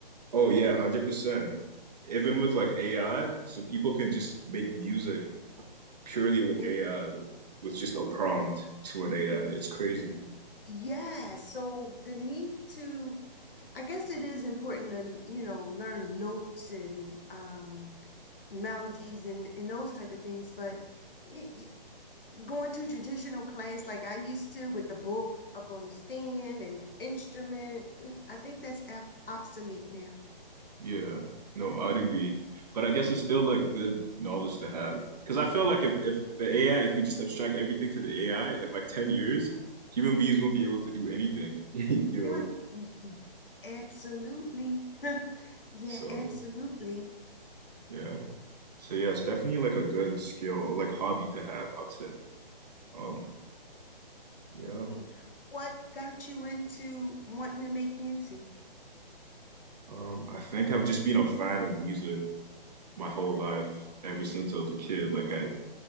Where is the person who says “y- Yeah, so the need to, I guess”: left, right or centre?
Left